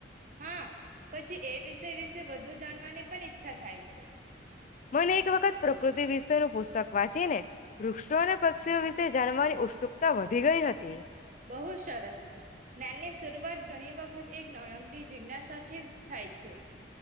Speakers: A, on the right; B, on the left.
A: હા પછી એ વિષય વિશે વધુ જાણવાની પણ ઈચ્છા થાય છે.
B: મને એક વખત પ્રકૃતિ વિષયનું પુસ્તક વાંચી ને વૃક્ષો અને પક્ષીઓ વિશે જાણવાની ઉત્સુકતા વધી ગઈ હતી.
A: બહુ સરસ. જ્ઞાનની શરૂઆત ઘણી વખત એક નણકડી જિજ્ઞાસાથી જ થાય છે.